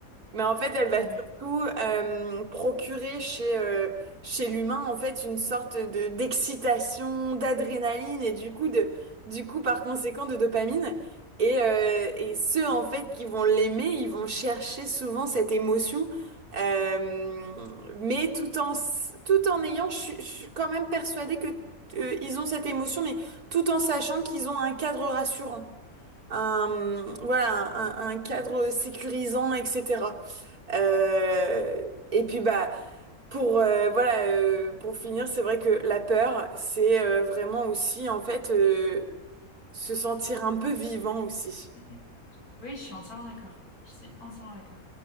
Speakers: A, on the right (about 90°); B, on the left (about 75°).
A: mais en fait, elle
B: je
A: va
B: savais.
A: surtout euh, procurer chez, euh, chez l'humain, en fait, une sorte de d'excitation, d'adrénaline et du coup, de, du coup, par conséquent, de dopamine. Et, euh, et ceux, en fait, qui vont l'aimer, ils vont chercher souvent cette émotion. euh, mais tout en, s- tout en ayant, je, suis je suis quand même persuadée que euh, ils ont cette émotion, mais tout en sachant qu'ils ont un cadre rassurant, un, voilà, un, un- un cadre sécurisant, etc. Euh, et puis bah pour euh, voilà euh, pour finir, c'est vrai que la peur, c'est euh, vraiment aussi en fait euh, se sentir un peu vivant aussi.
B: Mm. Oui, je suis entièrement d'accord, je suis entièrement d'accord.